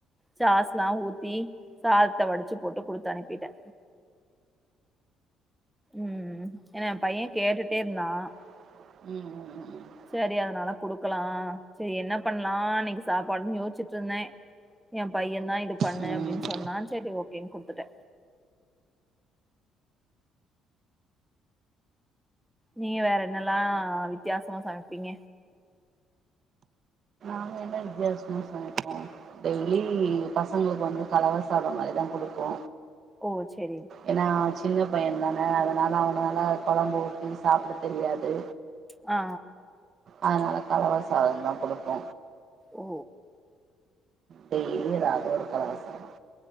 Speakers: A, in the centre; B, on the right.
A: சாஸ்ல்லா ஊத்தி சாதத்த வடிச்சி போட்டு குடுத்து அனுப்பிட்டே ம் ஏனா எ பைய கேட்டுட்டே இருந்தா
B: ம் ம் ம்
A: சரி அதனால குடுக்கலா சேரி என்ன பண்லா இன்னைக்கு சாப்பாடுன்னு யோசிச்சுட்டு இருந்தே எ பையந்தா இது பண்ணு
B: ம்
A: அப்டின்னு
B: ம்
A: சொன்னா சேரி ஓகேன்னு குடுத்துட்டே நீங்க வேற என்னல்லா வித்தியாசமா சமைப்பீங்க
B: நா என்ன வித்தியாசமா சமைப்பே டெய்லி பசங்களுக்கு வந்து கலவ சாதோ மாரிதா குடுப்போ
A: ஓ சேரி
B: ஏன்னா சின்ன பையதானே அதனால அவனால கொழம்பு ஊத்தி சாப்ட தெரியாது
A: ஆ
B: அதனால கலவ சாதந்த குடுப்போ
A: ஓ
B: டெய்லி ஒரு <unintelligible> கலவசாதோ